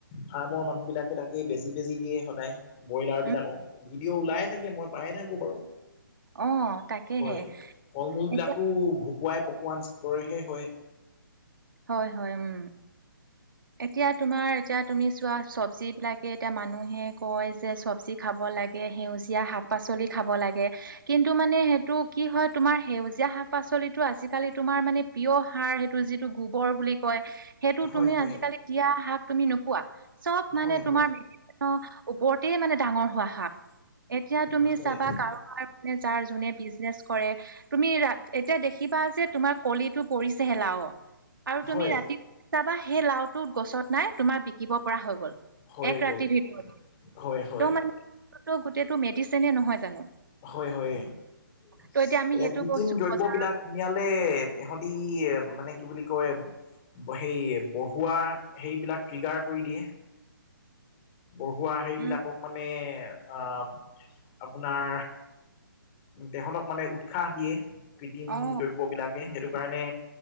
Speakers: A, on the left; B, on the right.
A: ফাৰ্মৰ, মানুহ বিলাকে তাকে বেজি, বেজি দিয়ে সদায়। ব্ৰইলাৰ বিলাকক
B: উম
A: ভিডিঅ' ওলাই থাকে মই পায়ে থাকো বাৰু।
B: অ তাকেহে
A: হয়, ফল মূল বিলাকো
B: এতিয়া
A: ভুকুৱাই পকোৱা নিচিনা। কৰে হে হয়েই।
B: হয়, হয়, উম। এতিয়া তোমাৰ এতিয়া তুমি চোৱা চবজি বিলাকে এতিয়া মানুহে কয় যে চবজি খাব লাগে। সেউজীয়া শাক পাচলি খাব লাগে। কিন্তু মানে সেইটো কি হয়, তোমাৰ সেউজীয়া শাক পাচলিটো আজিকালি তোমাৰ মানে। প্ৰিয় সাৰ সেইটো যিটো গোবৰ বুলি কয়। সেইটো
A: হয়
B: তুমি
A: হয়
B: আজিকালি দিয়া শাক তুমি নোপোৱা, চব মানে
A: হয়
B: তোমা
A: হয়
B: ওপৰতেই মানে ডাঙৰ হোৱা শাক এতিয়া তুমি
A: হয়
B: চাবা কাৰোবাৰ। যাৰ যোনে বিজনেচ কৰে। তুমি ৰা এতিয়া দেখিবা যে তোমাৰ কলিটো পৰিছেহে লাওৰ। আৰু তুমি
A: হয়
B: ৰাতি চাবা সেই লাওটো গছত নাই তোমাৰ বিকিব পৰা হৈ গ'ল।
A: হৈ
B: এক
A: গ'ল
B: ৰাতিৰ ভিতৰতে ত,
A: হয় হয়
B: মানে গোটইটো মেডিচিনে নহয় জানো।
A: হয়, হয় এতিয়া
B: ত' আমি সেইটো
A: কৃত্ৰিম
B: বস্তু
A: দ্ৰব্য
B: বজাৰ
A: বিলাক। সুয়ালে তহঁতি এ মানে কি বুলি কয়। সেই পঢ়োয়া সেইবিলাক ট্ৰিগাৰ কৰি দিয়ে। পঢ়োৱা সেইবিলাকক
B: উম
A: মানে। আহ, আপোনাৰ তেখতক মানে উৎসাহ দিয়ে। কৃত্ৰিম
B: অ
A: দ্ৰব্যবিলাকে, সেইটো কাৰণে